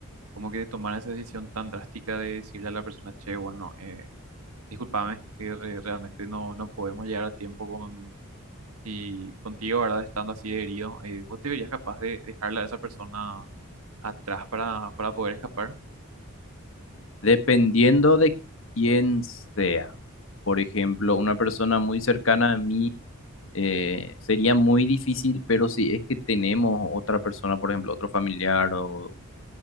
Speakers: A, on the right (about 80°); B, on the left (about 60°).
A: como que de tomar esa decisión tan drástica de decirle a la persona, che, bueno, eh, discúlpame, eh, re- realmente no, no podemos llegar a tiempo con, y contigo, ¿verdad? Estando así de herido, eh, ¿vos te verías capaz de dejarla a esa persona? atrás para, para poder escapar.
B: Dependiendo de quién sea. Por ejemplo, una persona muy cercana a mí eh, sería muy difícil, pero si es que tenemos otra persona, por ejemplo, otro familiar o